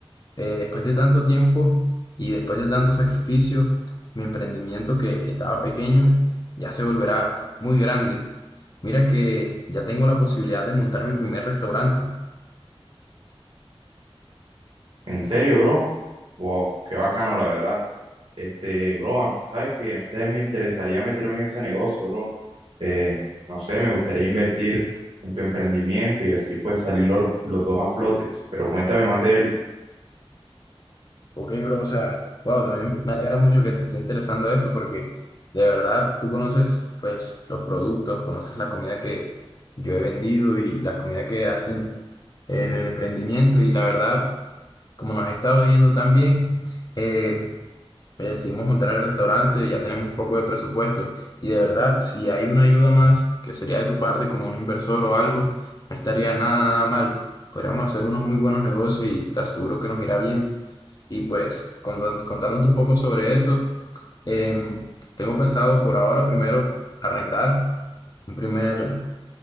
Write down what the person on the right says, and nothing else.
¿En serio, bro? Wow, qué bacano, la verdad. Este, bro, a- sabes que a mí también me interesaría meterme en ese negocio, bro. Eh, no sé, me gustaría invertir en tu emprendimiento y así pues salir los, los dos a flotes. Pero cuéntame más de él.